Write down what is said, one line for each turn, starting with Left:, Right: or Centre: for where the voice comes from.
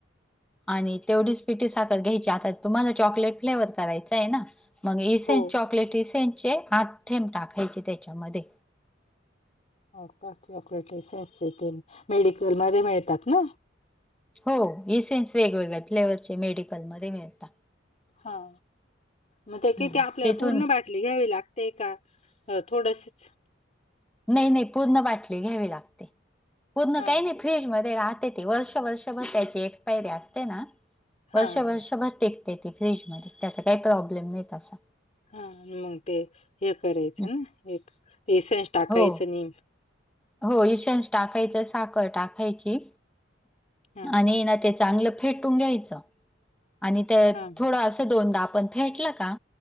Centre: आणि तेवढीच पिठीसाखर घ्यायची. आता तुम्हाला चॉकलेट फ्लेवर करायचाय ना? मग इसेेन्स
Left: हो
Centre: चॉकलेट इसेेन्सचे आठ थेंब टाकायचे त्याच्यामध्ये.
Left: हो का? चॉकलेट इसेन्सचे थेंब, मेडिकल मध्ये मिळतात ना?
Centre: हो. इसेन्स वेगवेगळ्या फ्लेवरचे मेडिकलमध्ये मिळता.
Left: हां. म ते
Centre: हम्म,
Left: किती आपल्याला
Centre: तिथून
Left: पूर्ण बाट - -ली घ्यावी लागते का? थोडसच.
Centre: नाही नाही. पूर्ण बाटली घ्यावी लागते. पूर्ण
Left: हा
Centre: काही नाही- फ्रीज मध्ये राहते ती. वर्ष वर्षभर त्याची एक्सपायरी असते ना?
Left: हा
Centre: वर्ष
Left: हा
Centre: वर्षभर टिकतेे ती फ्रीज मध्ये. त्याचा काही प्रॉब्लेम नाही तसा.
Left: हा. मग ते हे करायचं
Centre: हम्म.
Left: ना? एक इसेन्स टाकायचं
Centre: हो
Left: नि-
Centre: हो. इसेन्स टाकायच. साखर टाकायची.
Left: हा
Centre: आणि ना त्याच - चांगलं फेटून घ्यायचं. आणि त
Left: हा
Centre: थोडं असं दोनदा आपण फेटल का